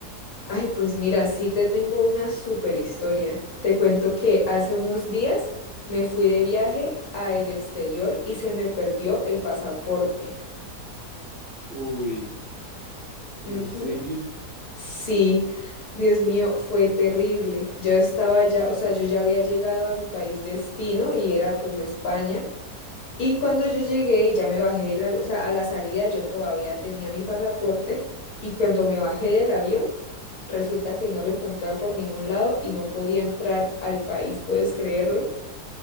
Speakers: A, on the left; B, on the right.
A: Ay, pues mira, sí te tengo una súper historia. Te cuento que hace unos días me fui de viaje al exterior y se me perdió el pasaporte.
B: Uy, ¿en
A: Ujú.
B: serio?
A: Sí, Dios mío, fue terrible. Yo estaba ya, o sea, yo ya había llegado a mi país destino y era pues España. Y cuando yo llegué y ya me bajé, del avi- o sea, a la salida yo todavía tenía mi pasaporte y cuando me bajé del avión, Resulta que no lo encontraba por ningún lado y no podía entrar al país, ¿puedes creerlo?